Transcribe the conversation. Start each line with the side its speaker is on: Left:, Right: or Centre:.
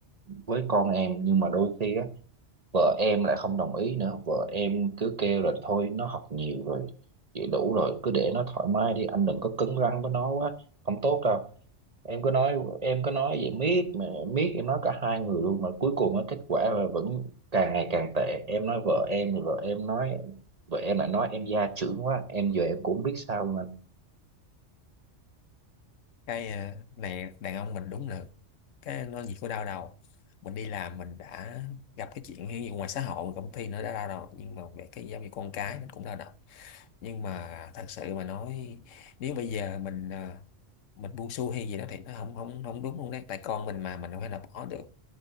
Right: với con em nhưng mà đôi khi á vợ em lại không đồng ý nữa vợ em cứ kêu là thôi nó học nhiều rồi vậy đủ rồi cứ để nó thoải mái đi anh đừng có cứng rắn với nó quá không tốt đâu em cứ nói em cứ nói vậy miết mà miết em nói cả hai người luôn mà cuối cùng á, kết quả là vẫn càng ngày càng tệ em nói vợ em thì vợ em nói vợ em lại nói em gia trưởng quá em giờ em cũng không biết sao luôn anh
Left: cái ờ, này đàn ông mình đúng là cái nó gì của đau đầu mình đi làm mình đã gặp cái chuyện như ngoài xã hội công ty nữa đã đau đầu nhưng mà về cái giáo dục con cái nó cũng đau đầu nhưng mà thật sự mà nói nếu bây giờ mình à, mình buông xuôi hay gì đó thì nó không không không đúng luôn đấy tại con mình mà mình đâu phải là bỏ được